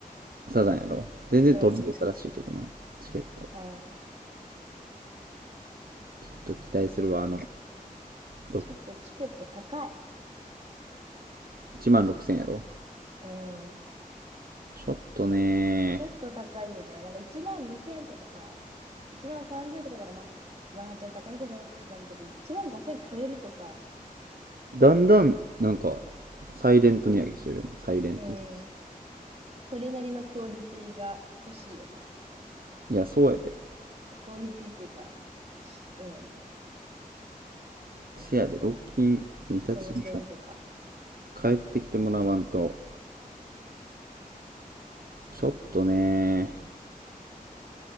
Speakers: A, on the right (about 85°); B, on the right (about 45°).
A: サザンやろ全然取り入れたらしいけどな、
B: うん。
A: チケット。
B: あー
A: ちょっと期待するわ、
B: ちょ、
A: あの、ろ
B: ちょっとチケット高い。
A: 1万6000やろ
B: うん。
A: ちょっとね
B: ちょっと高いよね。なんか1万2千とかさ、1万3千とかならまあ、まあちょっと高いけどってなるけど、1万5千超えるとさ、
A: だんだん、なんか、サイレント値上げしてるよな、サイレント値上げ
B: うん。それなりのクオリティが欲しいよね。
A: いや、そうやで。
B: クオリティっていうか、しうん。
A: せやで、ロッキン、日立に
B: 動線とか、
A: 帰ってきてもらわんと、ちょっとね